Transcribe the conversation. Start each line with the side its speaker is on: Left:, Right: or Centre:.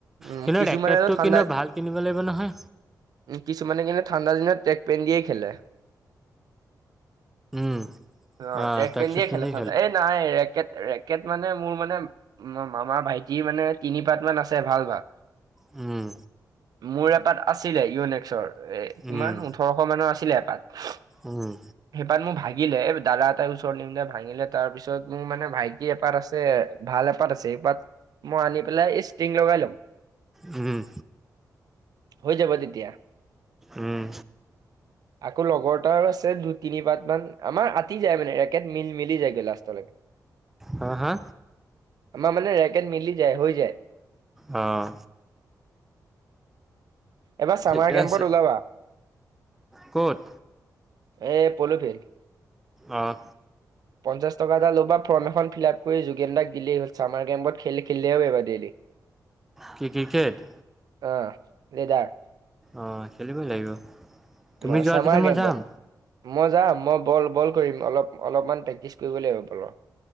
Right: উম,
Centre: কিন্তু
Right: কিছুমানেতো
Centre: ৰেকেটটো
Right: ঠাণ্ডা
Centre: কিন্তু ভাল কিনিব লাগিব নহয়
Right: কিছুমানে কিন্তু ঠাণ্ডা দিনত ট্ৰেক পেন দিয়ে খেলে।
Centre: উম,
Right: অঁ
Centre: আহ
Right: ট্ৰেক
Centre: ট্ৰেকচুট
Right: পেন দিয়ে
Centre: পিন্ধি
Right: খেলে চোন, এই নাই ৰেকেট ৰেকেট মানে মোৰ মানে, মামাৰ ভাইটি মানে তিনি পাত মান আছে ভাল ভাল।
Centre: উম।
Right: মোৰ এপাত আছিলে ইউনেক্সৰ এ কিমান
Centre: উম,
Right: ওঠৰশ মানৰ আছিলে এপাত সেইপাত
Centre: উম,
Right: মোৰ ভাই দিলে এই দাদা এটাই ওচৰত নিমিলে ভাঙিলে তাৰ পিছত মোৰ মানে ভাইটি এপাত আছে, ভাল এপাত আছে বাট মই আনি পেলাই এই ষ্টিং লগাই ল'ম।
Centre: উম।
Right: হৈ যাব তেতিয়া,
Centre: উম,
Right: আকৌ লগৰটাৰ আছে দু তিনি পাত মান আমাৰ আতি যায় মানে একে মিল মিলি যায়গৈ লাষ্টলৈকে।
Centre: হা হা!
Right: আমাৰ মানে ৰেকেট মিলি যায় হৈ যায়।
Centre: অঁ।
Right: এইবাৰ চামাৰ
Centre: ঠিকে
Right: কেম্পত
Centre: আছে,
Right: ওলাবা।
Centre: ক'ত?
Right: এ পলো তে।
Centre: অঁ।
Right: পঞ্চাছ টকা এটা ল'বা, ফৰ্ম এখন ফিল আপ কৰি যোগেন দাক দিলেই হল ছামাৰ কেম্পত খেল খেলিলেও এবাৰ ডেইলী।
Centre: কি ক্ৰিকেট?
Right: অঁ <unintelligible>
Centre: অঁ খেলিবই লাগিব, তুমি
Right: অ
Centre: যোৱাদিনে
Right: চামাৰ
Centre: মই
Right: কেম্পত
Centre: যাম।
Right: মই যাম, মই বল বল কৰিম, অলপ অলপমান প্ৰেক্টিচ কৰিব লাগিব বলৰ।